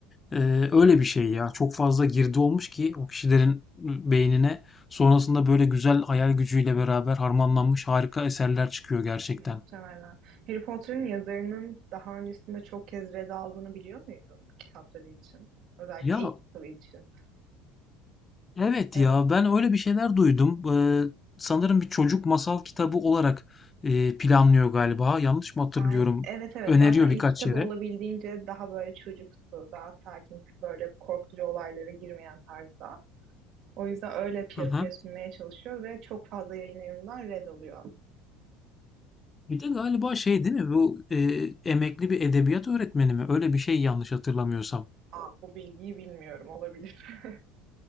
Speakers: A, on the left; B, on the right.
A: Ee, öyle bir şey ya. Çok fazla girdi olmuş ki o kişilerin beynine sonrasında böyle güzel hayal gücüyle beraber harmanlanmış harika eserler çıkıyor gerçekten.
B: muhtemelen. Harry Potter'ın yazarının daha öncesinde çok kez red aldığını biliyor muydun kitapları için? Özellikle
A: Ya
B: ilk kitabı için.
A: evet
B: Evet,
A: ya ben öyle bir şeyler duydum. Ee, sanırım bir çocuk masal kitabı olarak e, planlıyor galiba. Yanlış mı hatırlıyorum?
B: ay, evet evet
A: Öneriyor
B: zaten ilk
A: birkaç
B: kitabı
A: yere.
B: olabildiğince daha böyle çocuksu, daha sakin, böyle korkutucu olaylara girmeyen tarzda. O yüzden öyle piyasaya
A: Hı hı.
B: sunmaya çalışıyor ve çok fazla yayın evinden red alıyor.
A: Bir de galiba şey değil mi? Bu e, emekli bir edebiyat öğretmeni mi? Öyle bir şey yanlış hatırlamıyorsam.
B: Aa, bu bilgiyi bilmiyorum olabilir. <laughs>